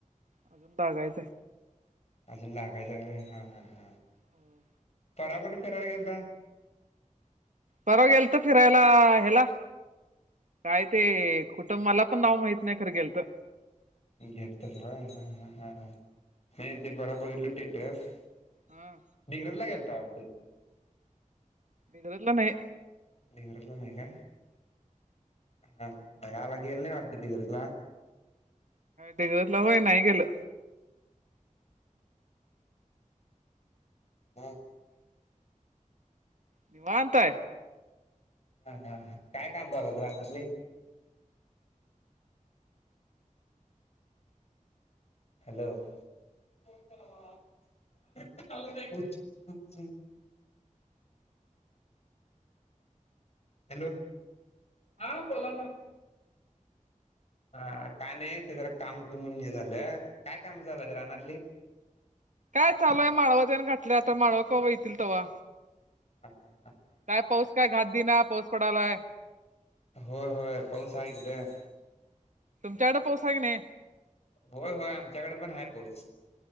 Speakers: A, on the right; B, on the left.
A: अजून बगायचं
B: अजून लागायचंय व्हय हा हा हा
A: व्हय.
B: परवा कुठं फिरयला गेलता.
A: परवा गेलतो फिरायला हे ला. काय ते कुठं मला पण नाव माहित नाही खरं गेलतं.
B: घेतलय हा ह ह नाही ते परवा बघितलं स्टेटस.
A: हा
B: डिग्रज ला गेलता वाटतं
A: डिग्रज ला नाही.
B: डिग्रज नाही का? हा ह्या वेळेला गेल नाही वाढत डिग्रज ला?
A: डिग्रज ला व्हय नाही गेलो.
B: हा.
A: निवांत हाय.
B: हा हा काय काम चालू आहित रानातलि? हॅलो <unintelligible> हॅलो हां बोला ना. हा का नाही ते जरा काम त म्हणून हे झालं काय काम चालू हाईत रानातली?
A: काय चालू आहे माळव त्यान घातलं आता माळवा कवा येतील तव्हा
B: हा हा हा.
A: काय पाऊस काय घात दिना, पाऊस पडालाय.
B: होय होय पाऊस हाय इकडं.
A: तुमच्याकडे पाऊस हाय काय नाही?
B: होय होय आमच्याकडे पण आहे पाऊस.